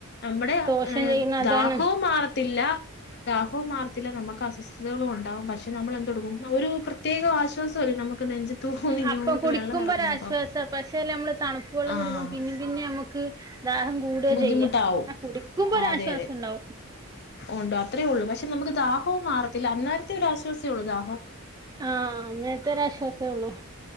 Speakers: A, on the left; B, on the right.
A: നമ്മുടെ
B: ദോഷം
A: ങ്ങ്
B: ചെയ്യുന്ന
A: ദാഹോം
B: അതാണ്
A: തില്ല ദാഹം മാറത്തില്ല നമുക്ക് അസ്വസ്ഥതകളും ഉണ്ടാകും പക്ഷേ നമ്മൾ എന്തെടുക്കും ഒരു പ്രത്യേക ആശ്വാസ നമുക്ക് നെഞ്ചത്തൂന്ന് ഇങ്ങോട്ട്
B: അപ്പം കുടിക്കുമ്പോ
A: വെള്ളം ഇറങ്ങുമ്പം
B: ഒരാശ്വാസാ പക്ഷേ നമ്മള് തണുപ്പ് വെള്ളം
A: ആഹ്
B: കുടിക്കും പിന്നിം പിന്നിം നമ്മുക്ക് ദാഹം കൂടുവാ
A: ബുദ്ധിമുട്ടാവും
B: ചെയ്യാ ആ കുടിക്കുമ്പോ
A: ആഹ്
B: ഒരാശ്വാസംണ്ടാവും
A: അതെ അതെ ഉണ്ടോ അത്രേ ഉള്ളൂ പക്ഷേ നമുക്ക് ദാഹവും മാറത്തില്ല അന്നേരത്തെ ഒരു ആശ്വാസേഒള്ളു ദാ
B: ആ അനേരത്തെ ഒരാ ആശ്വാസേ ഉള്ളു